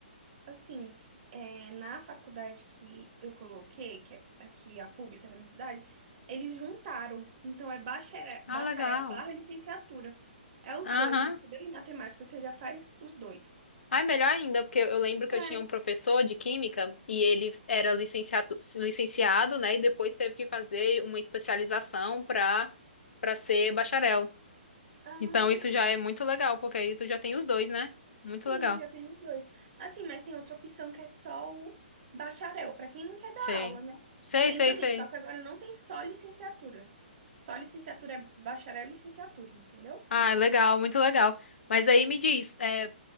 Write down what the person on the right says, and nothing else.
Assim, é, na faculdade que eu coloquei, que é aqui a pública da minha cidade, eles juntaram. Então é bacharel,
bacharel
barra licenciatura. É os
dois, entendeu? Em matemática você já faz os dois.
É.
Ah,
sim,
já tem os dois. Assim, mas tem outra opção que é só o bacharel, para quem não quer dar
aula, né?
Tem
também,
só que agora não tem só licenciatura. Só licenciatura é bacharel e licenciatura, entendeu?
Sim.